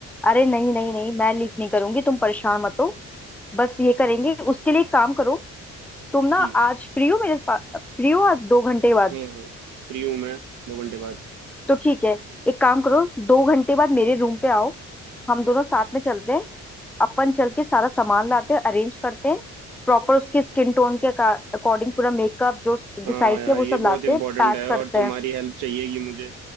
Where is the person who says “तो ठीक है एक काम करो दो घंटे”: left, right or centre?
Centre